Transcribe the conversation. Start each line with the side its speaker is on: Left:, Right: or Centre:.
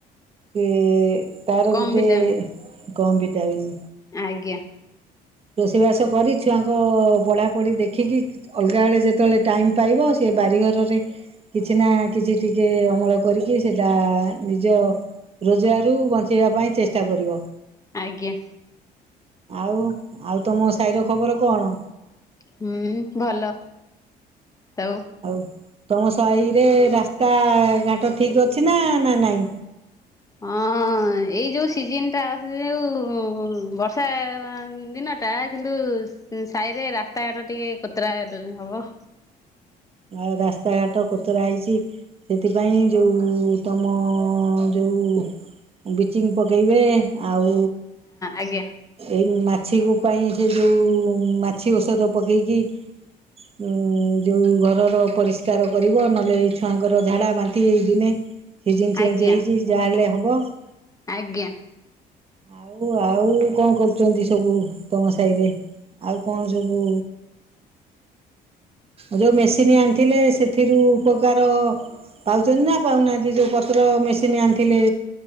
Right: କେ ତାର
Left: କମ
Right: ଗୋଟେ
Left: ଭିଟାମିନ୍
Right: କମ୍ ଭିଟାମିନ୍
Left: ଆଜ୍ଞା।
Right: ରୋଷେଇ ବାସ କରି ଛୁଆଙ୍କ ପଢା ପଢି ଦେଖିକି ଅଲଗା ବେଳେ ଯେତେ ଯେତେବେଳେ ଟାଇମ୍ ପାଇବ, ସେ ବାରିଘରରେ କିଛି ନା କିଛି ଟିକେ ଅମଳ କରିକି, ସେଇଟା ନିଜ ରୋଜଗାରରୁ ବଞ୍ଚେଇବା ପାଇଁ ଚେଷ୍ଟା କରିବ।
Left: ଆଜ୍ଞା।
Right: ଆଉ ଆଉ ତମ ସାହିର ଖବର କଣ?
Left: ହୁଁ ଭଲ, ହଉ,
Right: ଆଉ ତମ ସାହିରେ ରାସ୍ତା ଘାଟ ଠିକ ଅଛି ନା ନା ନାଇଁ?
Left: ହଁ ଏଇ ଯୋଉ ସିଜନ ଟା ଅସଛି ଯୋଉ ବର୍ଷା ଦିନ, ଟା କିନ୍ତୁ ସାହିରେ ରାସ୍ତାଘାଟ ଟିକେ କୋତରା ହବ।
Right: ଆଉ ରାସ୍ତାଘାଟ କଚରା ହେଇଛି ସେଥିପାଇଁ ଯେଉଁ ତମ ଯେଉ ବ୍ଲିଚିଂ ପକେଇବେ ଆଉ
Left: ଆଜ୍ଞା
Right: ଏଇ ମା ମାଛିକୁ ପାଇଁ ସେ ଯୋଉ, ମାଛି ଔଷଧ ପକେଇକି ଉଁ ଯୋଉ ଘର ପରିଷ୍କାର କରିବ, ନହେଲେ ଏଇ ଛୁଆଙ୍କର ଝାଡା, ବାନ୍ତି ଏଇ ଦିନେ। ସିଜନ ଚେଞ୍ଜ
Left: ଆଜ୍ଞା
Right: ହେଇଛି ଯାହାହେଲେ ହ ୱା।
Left: ଆଜ୍ଞା।
Right: ଆଉ ଆଉ କଣ କରୁଛନ୍ତି ସବୁ, ତମ ସାହିରେ ଆଉ କଣ ସବୁ? ଯୋଉ ମେସିନ୍ ଆଣିଥିଲେ, ସେଥିରୁ ଉପକାର ପାଉଛନ୍ତି ନା ପାଉନାହାନ୍ତି ଯୋଉ ପତ୍ର ମେସିନ୍ ଆଣିଥିଲେ,